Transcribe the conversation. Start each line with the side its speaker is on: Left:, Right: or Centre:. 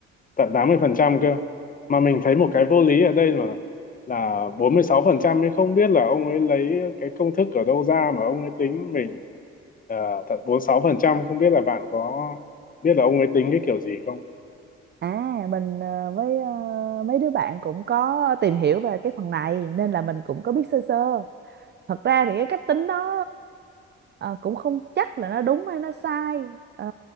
Left: tận 80% cơ mà mình thấy một cái vô lý ở đây là là 46% ấy không biết là ông ấy lấy cái công thức ở đâu ra mà ông ấy tính mình ờ, tận bốn mươi sáu phần trăm không biết là bạn có biết là ông ấy tính cái kiểu gì không
Right: À, mình ờ, với ờ, mấy đứa bạn cũng có tìm hiểu về cái phần này nên là mình cũng có biết sơ sơ. thật ra thì cái cách tính đó ờ, ờ, cũng không chắc là nó đúng hay nó sai Ờ,